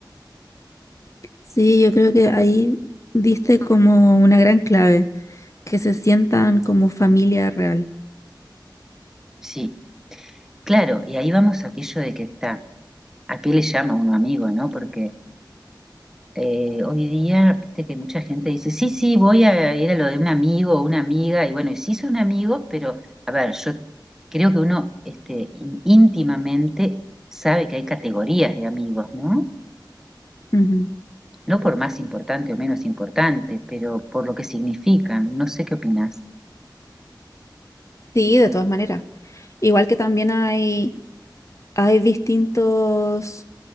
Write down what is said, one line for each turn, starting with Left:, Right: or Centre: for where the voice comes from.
Left: Sí, yo creo que ahí diste como una gran clave, que se sientan como familia real.
Centre: Sí, claro, y ahí vamos a aquello de que está, ¿a qué le llama uno amigo, no? Porque eh, hoy día, viste que mucha gente dice, sí, sí, voy a ir a lo de un amigo o una amiga, y bueno, y sí son amigos, pero a ver, yo creo que uno este, ín- íntimamente sabe que hay categorías de amigos, ¿no?
Left: Ujú.
Centre: no por más importante o menos importante, pero por lo que significan. No sé qué opinas.
Left: Sí, de todas maneras. Igual que también hay, hay distintos